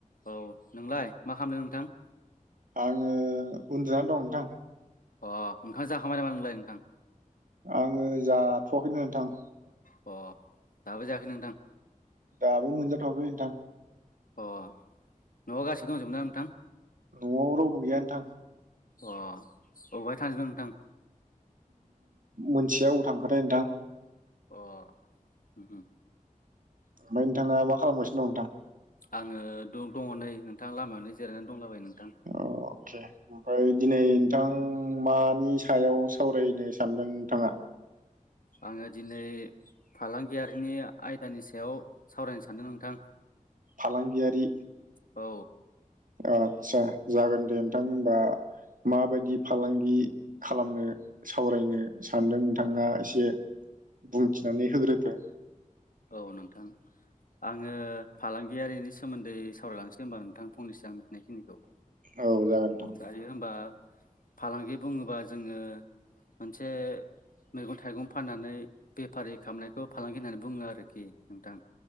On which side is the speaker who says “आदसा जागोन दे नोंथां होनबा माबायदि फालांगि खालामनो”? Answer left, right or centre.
Right